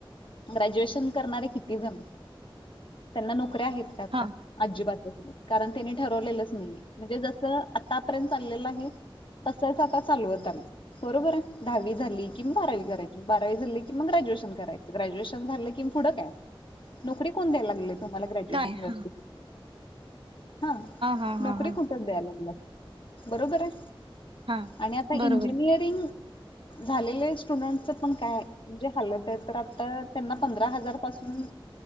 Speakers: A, on the left (about 60°); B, on the right (about 70°).
A: ग्रॅज्युएशन करणारे किती जण हाईत. त्यांना नोकऱ्या आहेत का आता?
B: हा
A: अजिबातत नाही कारण त्यांनी ठरवलेलंच नाहीे म्हणजे जस आतापर्यंत चाललेलं आहे त च आता चालवत आ बरोबर आहे दहावी झाली कि बारावी करायची बारावी झाली क मग ग्रॅज्यूएशन करायचं ग्रॅज्यूएशन झालं कि पुढं काय नोकरी कोण द्यायला लागलय तुम्हाला ग्रॅज्युएशन
B: काय
A: वरती
B: हा
A: हा
B: हा
A: नोकरी
B: हा हा
A: कुठ द्याय लागल्या बरोबर आहे
B: हा
A: आणि आता
B: बरोबर
A: इंजिनियरिंग झालेले स्टुडंटच पण काय म्हणजे हालत आहे तर आता त्यांना पंधरा हजार पासून